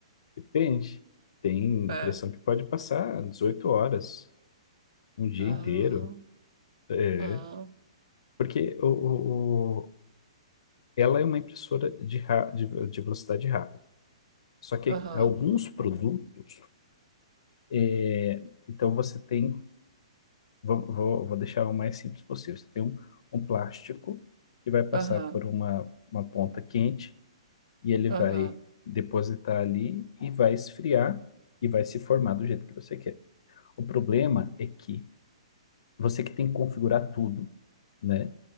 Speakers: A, on the left; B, on the right.
A: Depende. Tem impressão
B: É.
A: que pode passar 18 horas, um dia
B: Ah,
A: inteiro. É.
B: ah.
A: Porque o, o- o- ela é uma impressora de, ra- de, de velocidade rápida. Só que
B: Aham,
A: alguns produtos, é, então você tem, vou, vou, vou deixar o mais simples possível. Você tem um, um plástico que vai passar
B: aham,
A: por uma, uma ponta quente e ele vai
B: aham,
A: depositar ali e vai esfriar e vai se formar do jeito que você quer. O problema é que você que tem que configurar tudo, né?